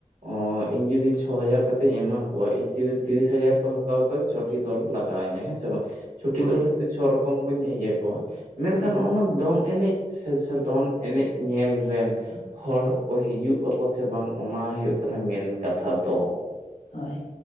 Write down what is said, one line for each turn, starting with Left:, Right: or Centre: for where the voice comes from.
Right: ᱚᱸ ᱤᱧ ᱡᱩᱫᱤ ᱪᱷᱚ ᱦᱟᱡᱟᱨ ᱠᱟᱛᱮ ᱛᱮᱧ ᱮᱢᱟ ᱠᱚᱣᱟ ᱤᱛᱤ ᱛᱤᱨᱤᱥ ᱦᱟᱡᱟᱨ ᱠᱚ ᱦᱟᱛᱟᱣ ᱠᱚᱣᱟ ᱪᱷᱚᱴᱤ ᱫᱚᱞ ᱞᱟᱜᱟᱣ ᱤᱧᱟᱹ ᱦᱮᱸ ᱥᱮ ᱵᱟᱝ ᱪᱷᱚᱴᱤ
Left: ᱦᱳᱭ
Right: ᱫᱚᱞ ᱦᱚᱭᱛᱚ ᱪᱷᱚ ᱨᱚᱠᱚᱢ ᱠᱚᱧ ᱤᱭᱟᱹ ᱠᱚᱣᱟ ᱢᱮᱱᱠᱷᱟᱱ
Left: ᱦᱳᱭ
Right: ᱚᱱᱟ ᱫᱚᱝ ᱮᱱᱮᱡ ᱥᱮ ᱥᱮᱫ ᱫᱚᱱ ᱮᱱᱮᱡ ᱧᱮᱞ ᱨᱮᱱ ᱦᱚᱲ ᱠᱚ ᱦᱤᱡᱩᱜ ᱟᱠᱚ ᱥᱮ ᱵᱟᱝ ᱚᱱᱟ ᱦᱩᱭᱩᱜ ᱠᱟᱱᱟ ᱢᱮᱱ ᱠᱟᱛᱷᱟ ᱫᱚ?
Left: ᱦᱳᱭ